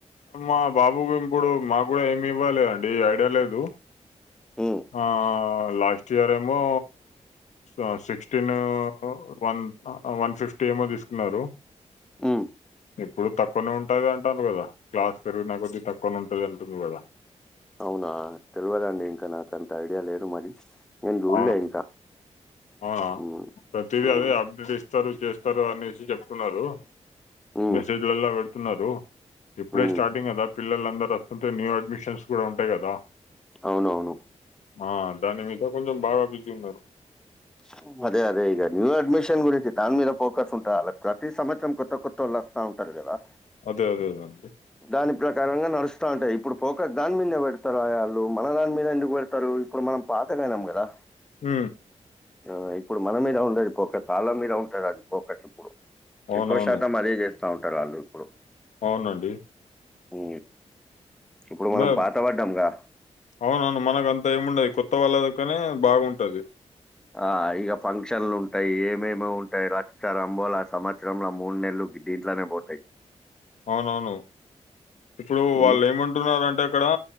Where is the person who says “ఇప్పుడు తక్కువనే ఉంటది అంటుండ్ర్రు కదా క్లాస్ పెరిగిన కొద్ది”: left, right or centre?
Left